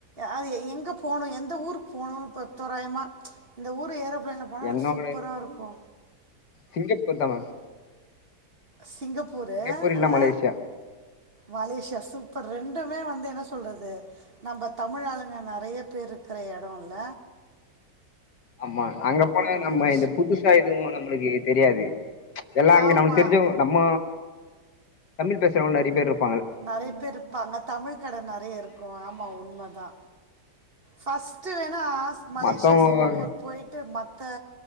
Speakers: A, on the right; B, on the left.
A: அது எ எங்கே போனு எந்த ஊருக் போனுன் இப்போ தோறாயமா இந்த ஊரு ஏரோப்லைன்ல போனா
B: என்னோட
A: சூப்பராருக்கு
B: சிங்கப்பூர் தா மேம்
A: சிங்கப்பூரு
B: சிங்கப்பூர் இல்ல
A: அ
B: மலேசியா
A: மலேஷியா சூப்பர் ரெண்டுமே வந்து என்ன சொல்றது நம்ப தமிழ் ஆளுங்க நறைய பேர் இருக்குற எடோல்ல
B: ஆமா அங்க போனா
A: நல்ல
B: நம்ம
A: விஷயம்
B: இந்த புது சா எதுவோ நம்ளுக்கு தெரியாது எல்லா அங்க
A: ஆமாம்
B: நம்ளுக் தெரிஞ்சவங் நம்ம தமிழ் பேசுறவங்க நறைய பேர் இருப்
A: நறைய பேர் இருப்பாங்க தமிழ் கட நெறைய இருக்கோ ஆமா உண்ம தா பஸ்ட்டு வேணா மலேஷியா
B: மத்தவங்க
A: சிங்கப்பூர் போயிட்டு மத்த